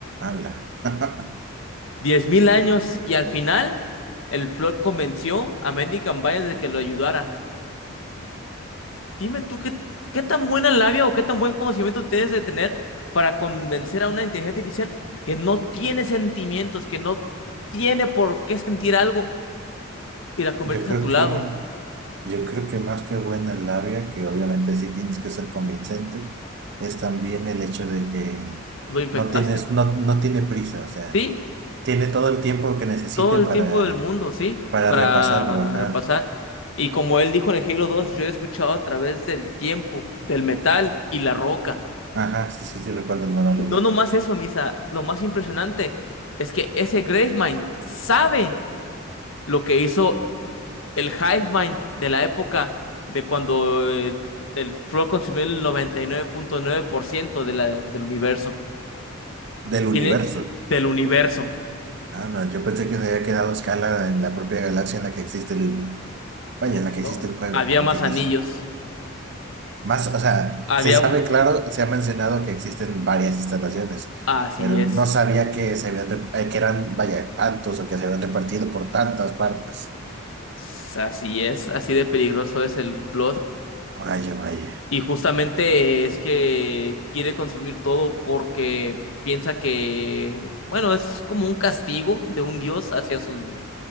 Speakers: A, on the right; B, on the left.
A: Ala. <laughs>
B: diez mil años. Y al final, el Flood convenció a Mendicant Bias de que lo ayudara. Dime tú qué, qué tan buena labia o qué tan buen conocimiento tienes de tener para convencer a una inteligencia artificial que no tiene sentimientos, que no tiene por qué sentir algo y la conviertes
A: Yo creo
B: a tu
A: que,
B: lado.
A: yo creo que más que buena labia, que obviamente sí tienes que ser convincente, es también el hecho de que
B: Lo infectaste.
A: no tienes, no, no tiene prisa, o sea,
B: Sí,
A: tiene todo el tiempo que necesite
B: todo el
A: para,
B: tiempo del mundo, ¿sí?
A: para
B: Para
A: repasarlo, ajá.
B: repasar. Y como él dijo en el Halo dos, yo he escuchado a través del tiempo, del metal y la roca.
A: Ajá, sí, sí, sí, recuerdo el monólogo.
B: Y no nomás eso, Misa, lo más impresionante es que ese Gravemind sabe lo que hizo el Hivemind de la época de cuando eh, el Flow consumió el noventa y nueve nueve punto nueve por ciento de la, del universo.
A: Del universo.
B: Tiene del universo,
A: Ah, no, yo pensé que se había quedado a escala en la propia galaxia en la que existe el, vaya,
B: ¿no?
A: en la que existe el juego,
B: Había
A: como
B: más
A: quien
B: anillos,
A: dice. Más, o sea,
B: había...
A: se sabe claro, se ha mencionado que existen varias instalaciones,
B: Así
A: pero
B: es.
A: no sabía que se habían, re- eh, que eran, vaya, tantos o que se habían repartido por tantas partes.
B: S- Así es, así de peligroso es el Flood.
A: Vaya, vaya.
B: Y justamente es que quiere consumir todo porque piensa que, bueno, es como un castigo de un dios hacia su,